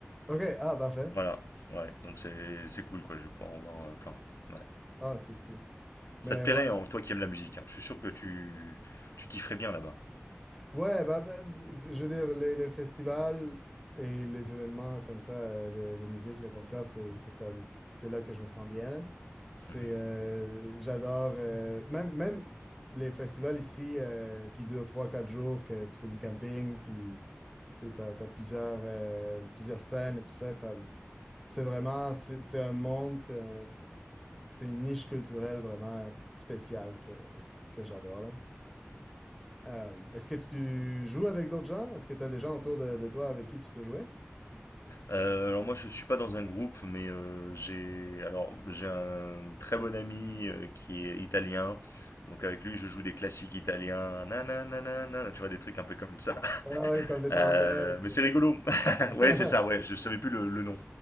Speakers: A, in the centre; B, on the left (about 75°).
A: OK, ah, parfait.
B: Voilà, ouais, donc c'est c'est cool quoi, je vais pouvoir en voir euh, plein. Ouais.
A: Ah, c'est cool.
B: Ça
A: Mais
B: te plairait,
A: ouais,
B: hein, toi qui aimes la musique. hein. Je suis sûr que tu, tu kifferais bien là-bas.
A: ouais, bah, bah, z- z- je veux dire, les, les festivals et les événements comme ça euh, de, de musique, le concert, c'est, c'est comme, c'est là que je me sens bien, là. C'est,
B: Mhm.
A: euh, j'adore, euh, même, même les festivals ici euh, qui durent trois quatre jours, que tu fais du camping, puis tu t'as, t'as plusieurs, euh, plusieurs scènes et tout ça, comme, c'est vraiment, c'est c'est un monde, c'est un- c'est une niche culturelle vraiment spéciale que, que j'adore, là. Euh, est-ce que tu joues avec d'autres gens? Est-ce que tu as des gens autour de, de toi avec qui tu peux jouer?
B: Euh, alors moi, je suis pas dans un groupe, mais euh, j'ai alors j'ai un très bon ami euh, qui est italien. Donc avec lui, je joue des classiques italiens. Nananana, tu vois, des trucs un peu comme ça.
A: Ah, oui, comme les tarentelles,
B: Euh,
A: etc.
B: mais c'est rigolo. <laughs>
A: <laughs>
B: ouais, c'est ça, ouais. Je savais plus le, le nom.